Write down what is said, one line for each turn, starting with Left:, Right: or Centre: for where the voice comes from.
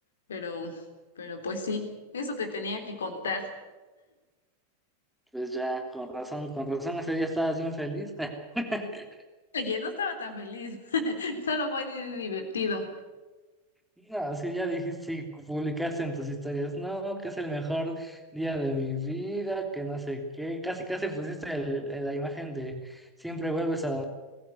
Left: pero, pero pues sí, eso te tenía que contar.
Centre: pues ya, con razón, con razón ese día estabas bien feliz. <laughs>
Left: Oye, no estaba tan feliz, <laughs> solo fue di- divertido.
Centre: No, sí, ya dijiste, sí, publicaste en tus historias, no, que es el mejor día de mi vida, que no sé qué, casi casi pusiste el- el- la imagen de siempre vuelves a